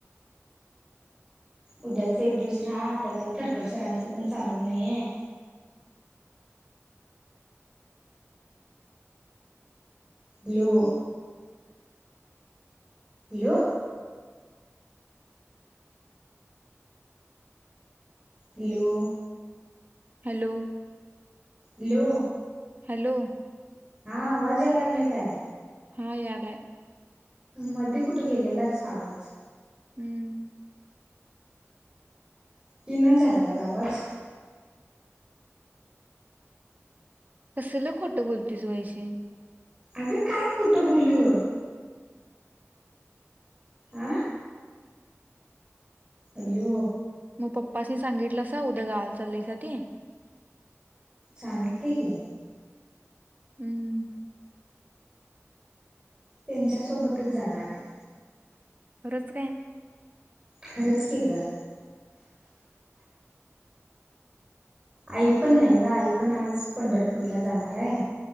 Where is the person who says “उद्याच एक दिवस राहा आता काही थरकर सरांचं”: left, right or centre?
Right